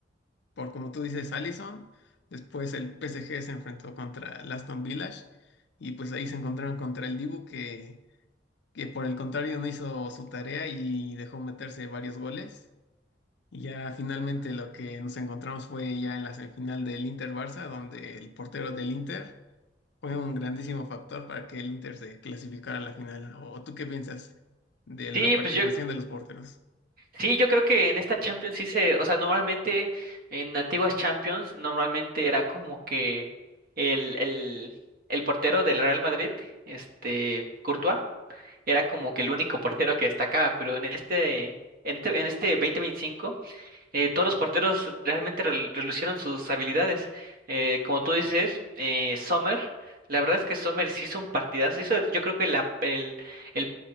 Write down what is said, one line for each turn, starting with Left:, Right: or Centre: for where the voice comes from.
Left: por como tú dices, Allison. Después el PSG se enfrentó contra el Aston Villa y pues ahí se encontraron contra el Dibu que, que por el contrario no hizo su tarea y dejó meterse varios goles. Y ya finalmente lo que nos encontramos fue ya en la semifinal del Inter-Barça, donde el portero del Inter fue un grandísimo factor para que el Inter se clasificara a la final. ¿O tú qué piensas de la
Right: Sí,
Left: participación
Right: pues yo
Left: de los porteros?
Right: sí, yo creo que en esta Champions sí se, o sea, normalmente en antiguas Champions normalmente era como que el el el portero del Real Madrid, este Courtois, era como que el único portero que destacaba, pero en este en, te- en este 2025 eh, todos los porteros realmente rel- relucieron sus habilidades. Eh, como tú dices, eh, Sommer, la verdad es que Sommer sí hizo un partidazo, hizo yo creo que la- el, el,